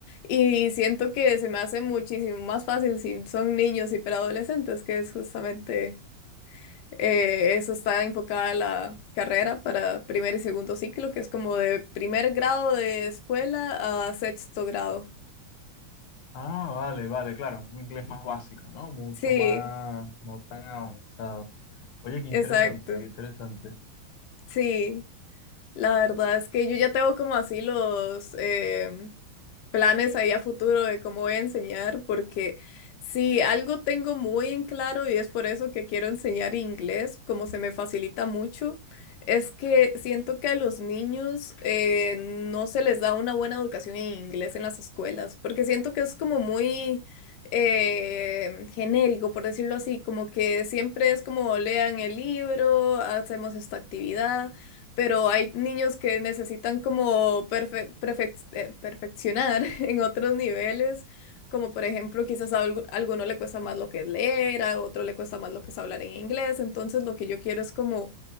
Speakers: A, on the left; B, on the left.
A: y siento que se me hace muchísimo más fácil si son niños y preadolescentes, que es justamente eh, eso está enfocada la carrera para primer y segundo ciclo, que es como de primer grado de escuela a sexto grado.
B: ah, vale, vale, claro. Un inglés más básico, ¿no? Mucho
A: Sí,
B: más, no tan avanzado. Oye, qué interesante,
A: exacto.
B: qué interesante.
A: Sí, la verdad es que yo ya tengo como así los... em, planes ahí a futuro de cómo voy a enseñar, porque si algo tengo muy en claro y es por eso que quiero enseñar inglés, como se me facilita mucho, es que siento que a los niños eh, no se les da una buena educación en inglés en las escuelas, porque siento que es como muy eh, genérico, por decirlo así, como que siempre es como lean el libro, hacemos esta actividad pero hay niños que necesitan como perfe- perfec- eh, perfeccionar <laughs> en otros niveles, como por ejemplo, quizás a algu- alguno le cuesta más lo que es leer, a otro le cuesta más lo que es hablar en inglés, entonces lo que yo quiero es como